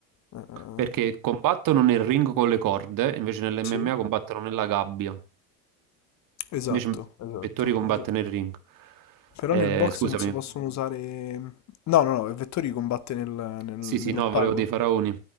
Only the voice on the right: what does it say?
perché combattono nel ring con le corde, invece nell'MMA
combattono nella gabbia,
invece
Vettori combatte
nel ring.
Eh,
scusami,
sì
sì, no, volevo dei faraoni,